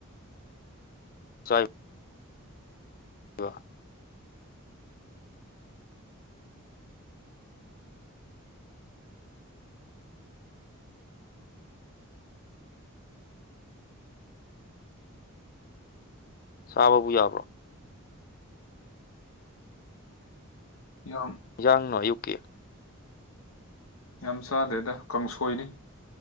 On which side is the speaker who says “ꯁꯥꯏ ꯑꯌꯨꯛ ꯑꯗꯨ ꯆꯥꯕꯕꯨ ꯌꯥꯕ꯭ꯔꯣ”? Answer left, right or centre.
Left